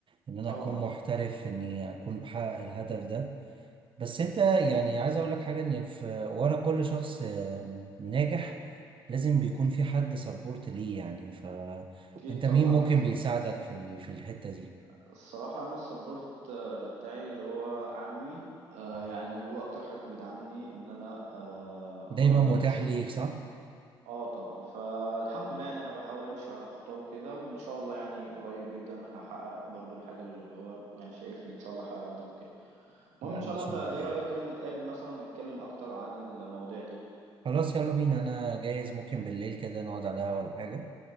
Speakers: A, on the right (about 45°); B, on the right (about 70°).
A: ان انا
B: طبعا
A: اكون محترف اني اكون بحقق الهدف ده بس انت يعني عايز اقول لك حاجة ان في ورا كل شخص آم، ناجح لازم بيكون في حد سبورت ليه يعني فانت
B: اكيد طبعا
A: مين ممكن بيساعدك في ال... في الحتة دي
B: الصراحة أنا السبورت آه، بتاعي اللي هو عمي آه، يعني هو أكتر حد بيدعمني إن أنا آه،
A: دايما
B: أطور من
A: متاح
B: نفسي
A: ليك صح
B: أه طبعا فالحمد لله يعني أنا بحاول أمشي على خطاه وكده وإن شاء الله يعني قريب جدا هحقق برضو الحاجة اللي هو يعني شايفني إن شاء الله هحققها قدامه كده المهم
A: لا
B: إن شاء
A: ان
B: الله
A: شاء
B: أنت إيه
A: الله خير
B: رأيك كده نتقابل مثلا ونتكلم أكتر عن المواضيع دي
A: خلاص يلا بينا انا جاهز ممكن بالليل كده نقعد على القهوة ولا حاجة